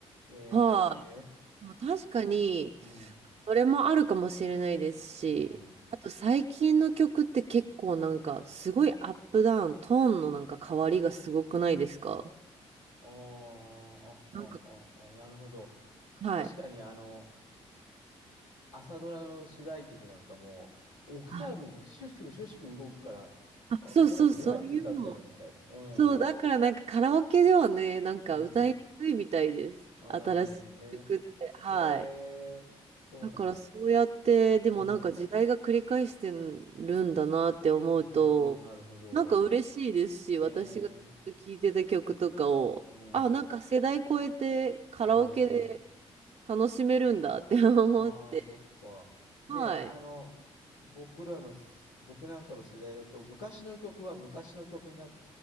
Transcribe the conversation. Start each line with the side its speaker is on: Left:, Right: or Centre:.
Left: へえ、
Right: はい。でも確かに、
Left: うん、
Right: それもあるかもしれないですし、
Left: うん。あ
Right: あと最近の曲って結構なんか、すごいアップダウン、トーンのなんか変わりがすごくないですか
Left: ーあ、あ、
Right: なんか、
Left: あ、あ、なるほど。
Right: はい。
Left: 確かに、あの、朝ドラの主題曲なんかもう、オクターブシュッシュシュッシュ動くから、
Right: あ、あ、
Left: あ、
Right: そうそう、
Left: これどうやって歌うんだろうみたいな。
Right: そういうの
Left: うん。
Right: そう、だからなんかカラオケではね、なんか歌いにくいみたいです。
Left: うん。あ、
Right: 新しい曲って。
Left: なるほどね。
Right: はい。
Left: へえ、そうなんだ。
Right: だからそうやって、でもなんか時代が繰り返してるんだなって思うと、
Left: うん。うん、なるほど。
Right: なんか嬉しいですし、
Left: ね
Right: 私がずっと聴いてた曲とかを、
Left: え。うん。
Right: あ、なんか世代超えてカラオケで
Left: ねえ。
Right: 楽しめるんだって <laughs> 思って。
Left: ああ、そっか。ねえ、
Right: はい。
Left: あの、僕らの、僕なんかの世代だと、昔の曲は昔の曲になっ